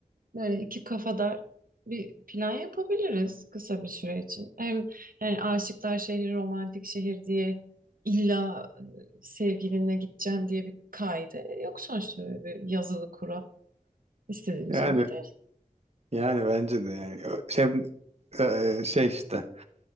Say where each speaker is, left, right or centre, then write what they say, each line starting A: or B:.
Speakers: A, on the right (about 85°); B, on the right (about 50°).
A: böyle iki kafadar bir plan yapabiliriz kısa bir süre için. Hem yani Aşıklar Şehri romantik şehir diye illa e, sevgilinle gideceğim diye bir kaydı yok sonuçta öyle bir yazılı kural. İstediğimiz
B: Yani
A: gibi gideriz.
B: yani bence de yani. Ö- Şey, e, şey işte.